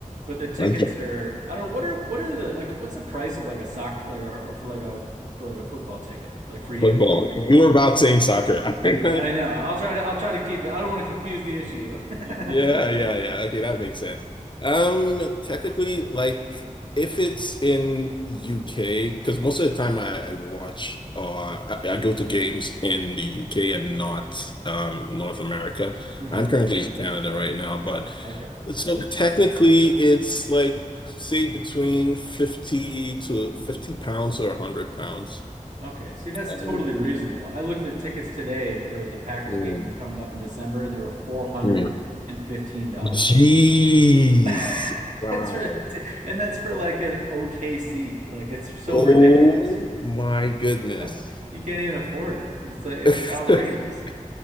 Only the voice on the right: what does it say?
but the tickets
are I don't know what are what are the like what's the price of like a soccer like or, or for like a for like a football ticket like for you
like
yeah I know I'll try to I'll try to keep it I don't want to confuse the issue. <laughs>
hmm
Okay.
Okay. See, that's
totally reasonable. I looked at tickets today for the Packers
game that's coming up in December, and they were four hundred
and fifteen dollars.
<laughs>
That's rid- and that's for like an okay seat. Like it's so
ridiculous.
<laughs> You can't even afford it. It's like it's
outrageous.